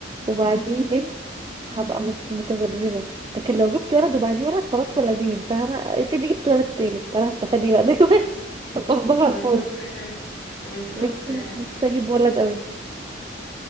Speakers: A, on the right (about 25°); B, on the left (about 65°).
A: وبعديه بنت هبقى مت- متذبذبه لكن لو جبت ولد وبعديه ولد خلاص ولدين فاهمه افرضي جبت ولد تالت انا هستفاد ايه بقى دلوقتي <laughs> بصدق على
B: بالظبط
A: الفاضي
B: كده بالظبط
A: نفسي
B: يعني
A: نفسي اجيب ولد قوي